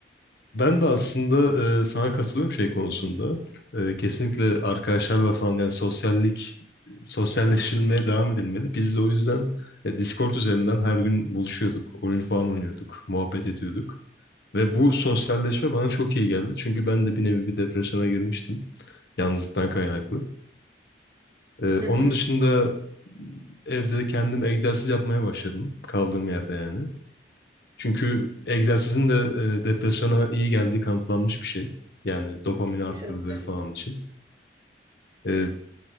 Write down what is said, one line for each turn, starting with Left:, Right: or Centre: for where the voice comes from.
Left: Ben de aslında e, sana katılıyorum şey konusunda. E, kesinlikle arkadaşlarla falan yani sosyallik sosyalleşilmeye devam edilmeli. Biz de o yüzden e, Discord üzerinden her gün buluşuyorduk, oyun falan oynuyorduk, muhabbet ediyorduk. Ve bu sosyalleşme bana çok iyi geldi. Çünkü ben de bir nevi bir depresyona girmiştim. Yalnızlıktan kaynaklı. Ee,
Right: Hı
Left: onun
Right: hı.
Left: dışında evde kendim egzersiz yapmaya başladım kaldığım yerde yani. Çünkü egzersizin de e, depresyona iyi geldiği kanıtlanmış bir şey. Yani dopamini arttırdığı
Right: Kesinlikle.
Left: falan için. E,